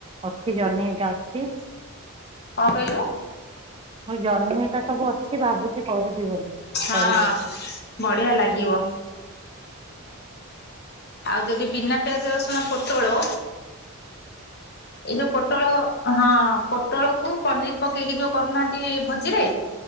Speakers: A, on the right (about 25°); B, on the left (about 45°).
A: ଅଛି ଜହ୍ନି ହେଇକା ଅଛି।
B: କଣ କହିଲୁ?
A: ହଁ ଜହ୍ନି ଏ ହରିକା ସବୁ ଅଛି ଭାବୁଛି କରିବି ବୋଲି।
B: ହଁ
A: କହିଲୁ
B: ବଢିଆ ଲାଗିବ। ଆଉ ଯଦି ବିନା ପିଆଜ ରସୁଣ ପୋଟୋଳ ଏଇ ଯୋଉ ପୋଟଳ ହଁ ପୋଟଳକୁ ପନିର ପକେଇକି ଯୋଉ କରୁନାହାନ୍ତି ଭୋଜିରେ